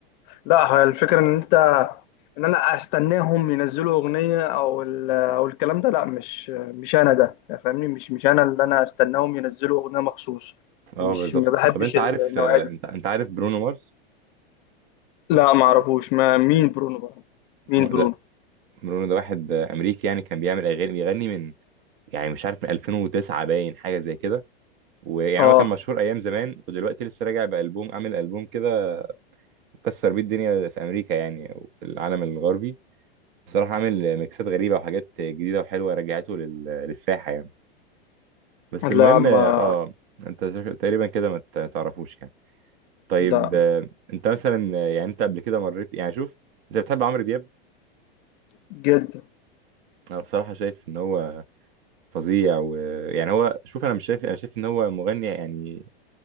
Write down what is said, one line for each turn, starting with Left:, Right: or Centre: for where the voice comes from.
Left: لا هي الفكره ان انت ان انا استناهم ينزلوا اغنيه او ال... او الكلام ده لا مش مش انا ده يعني فاهمني مش مش انا اللي انا استناهم ينزلوا اغنيه مخصوص
Right: اه
Left: مش
Right: بالظبط
Left: ما بحبش
Right: طب انت
Left: النوعيه
Right: عارف آه،
Left: دي
Right: انت انت عارف برونو مارس
Left: لا ما اعرفوش ما مين برونو بقى
Right: برونو
Left: مين برونو
Right: ده برونو ده واحد آه، امريكي يعني كان بيعمل اغاني بيغني من يعني مش عارف من 2009 باين حاجه زي كده ويعني
Left: اه
Right: هو كان مشهور ايام زمان ودلوقتي لسه راجع بالبوم عامل البوم كده كسر بيه الدنيا في امريكا يعني او في العالم الغربي بصراحه عامل ميكسات غريبه وحاجات جديده وحلوه رجعته لل- للساحه يعني بس المهم
Left: لا ما
Right: اه آه، انت تقريبا كده ما ت- تعرفوش يعني طيب
Left: لا
Right: آه، انت مثلا آه، يعني انت قبل كده مريت يعني شوف انت بتحب عمرو دياب
Left: جدا
Right: انا بصراحة شايف ان هو فظيع ويعني هو شوف انا مش شايف انا شايف ان هو مغني يعني